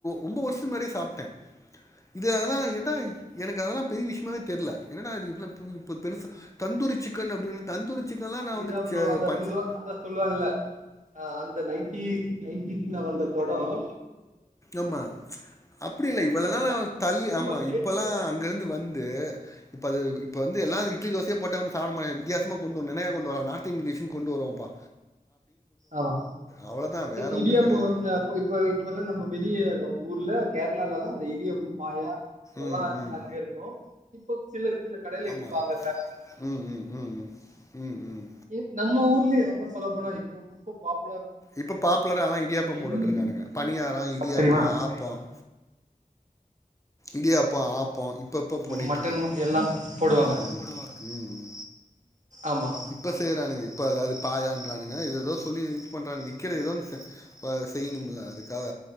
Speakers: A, on the left (about 20°); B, on the right (about 55°).
A: ரொம்ப வருஷம் முன்னாடியே சாப்ட்டேன் இது அதெல்லாம் எனக்கு அதெல்லா பெரிய விஷயமாவே தெரியல ஏன்டா இது பெருசு தந்தூரி சிக்கன் அப்படின் தந்தூரி சிக்கன்லா
B: அதேதா
A: நா வந்து
B: ப்ரோ அதா
A: பஞ்ச
B: சொல்லுவா அதா சொல்லுவாங்கல்ல அந்த நைன்டி நைன்டிஸ்ல வந்த படம்
A: ஆமா அப்படி இல்ல
B: அது
A: இவளநலா
B: மாரிதா
A: தள்ளி
B: ரொம்ப
A: ஆமா
B: லேட்
A: இப்பல்லா
B: பிக்கப்
A: அங்க இருந்து வந்து இப்ப அது இப்ப வந்து எல்லாரு இட்லி தோசைய போட்ட ஒன்னு சாப்ட மாட்டக வித்தியாசாமா கொண்டு நினையா கொண்டு வார நார்த் இந்தியன் டிஸ்னு கொண்டு வருவ பா
B: ஆமா
A: அவ்வளவுதான். வேற
B: இடியாப்ப
A: ஒண்ணும் கிடையாது.
B: வந்து அப்போ இப்ப இப்பல்லாம் நம்ம வெளிய ஊர்ல கேரளாலல்லா இந்த இடியாப்ப பாயா இதெல்லா
A: ம், ம்.
B: அங்க இருக்கும் இப்போ சில சில கடையில
A: ஆமா.
B: இருப்பாங்க
A: ம், ம், ம். ம், ம்.
B: <unintelligible> நம்ம ஊர்லயே ரொம்ப சொல்ல போன இப்போ பாப்
A: இப்ப பாப்புலரால்லா இடியாப்பம் போட்டுட்டு
B: இருந்து
A: இருக்கானுங்க பணியாரம் இடியாப்பம்
B: தெரியுமா
A: ஆப்பம் இடியாப்பா ஆப்பம் இப்ப அப்ப பண்ணிட்டு
B: மட்டன்
A: இருக்கானுங்க
B: எல்லாம் போடுவாங்க
A: ம் ம்
B: ஆமா
A: இப்ப செய்யறானுங்க இப்ப அதாது பாயான்னுங்க ஏதோ சொல்லி இது பண்றான விக்கிற ஏதோ செய்யணும்ல அதுக்காக